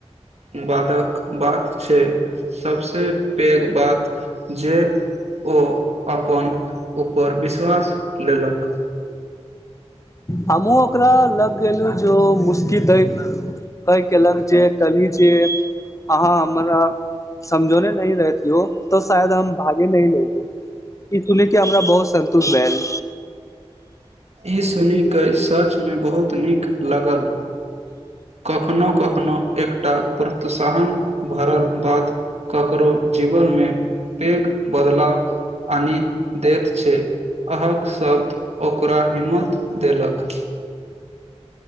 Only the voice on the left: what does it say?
हमहुँ ओकरा लग गेलू जे मुस्की द कहि केलक जे कहली जे अहाँ हमरा समझौने नहि रहतौ त शायद हम भागे न लेगे ई सुने के हमरा बहुत सन्तोष भेल